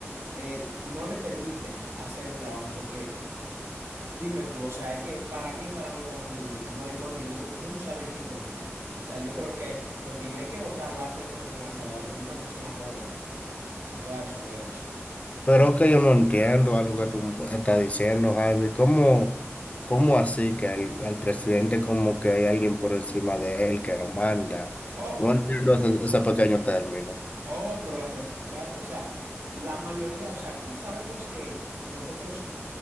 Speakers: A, on the right (about 60°); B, on the left (about 30°).
A: eh, no le permite hacer el trabajo, porque Dime tú, o sea, es que para mí, para mí, para mí no hay forma, entonces uno no sabe en quién confiar. O sea, yo creo que por quien hay que votar va a ser como con El Salvador, en una persona joven que pueda resolver eso.
B: Pero es que yo no entiendo algo que tú estás diciendo, Javi. ¿Cómo, cómo así que al, al presidente como que hay alguien por encima de él que lo manda?
A: Oh,
B: No entiendo ese, ese pequeño término.
A: oh, pero déjame explicarte, o sea, la mayoría, o sea, aquí sabemos que nosotros